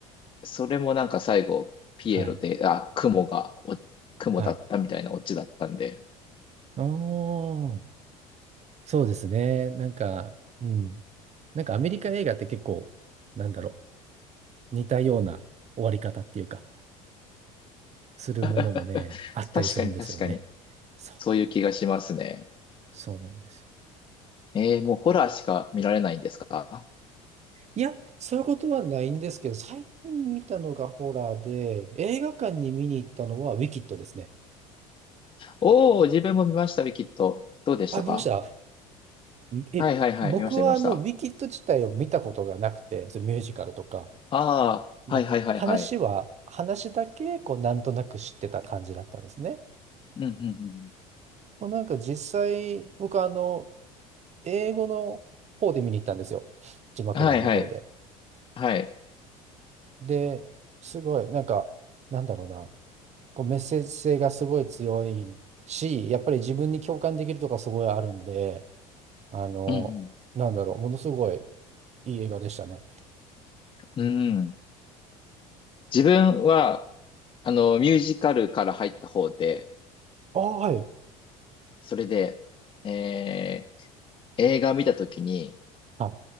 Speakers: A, on the left; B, on the right.
A: それもなんか最後、ピエロで、
B: はい。
A: あ、雲が、お雲だったみたいなオチだったんで、
B: はい。あー、そうですね。なんか、うん。なんかアメリカ映画って結構、なんだろう、似たような終わり方っていうか、するものもね、
A: <laughs>
B: あったりするんですよね。
A: 確かに確かに、
B: そう、
A: そういう気がしますね。
B: そうなんですよ。
A: えー、もうホラーしか見られないんですか
B: いや、そういうことはないんですけど、最近見たのがホラーで、映画館に見に行ったのはウィキッドですね。
A: おー、自分も見ましたね、きっと。どうでしたか
B: あ、見ましたあ、え、
A: はいはいはい、
B: 僕はあの、
A: 見ました見ました。
B: ウィキッド自体を見たことがなくて、それミュージカルとか。
A: ああ、
B: で、
A: はいはいはいはい。
B: 話は、話だけ、こう、なんとなく知ってた感じだったんですね。
A: うんうんうん。
B: まあ、なんか実際、僕あの、英語の方で見に行ったんですよ。字幕版の方で。
A: はいはい。はい。
B: で、すごい、なんか、なんだろうな。こうメッセージ性がすごい強いし、やっぱり自分に共感できるとかすごいあるんで、あの、
A: うん
B: なんだろう、ものすごいいい映画でしたね。
A: うん。うん。自分は、あの、ミュージカルから入った方で、
B: ああ、はい。
A: それで、えー映画見たときに、
B: あ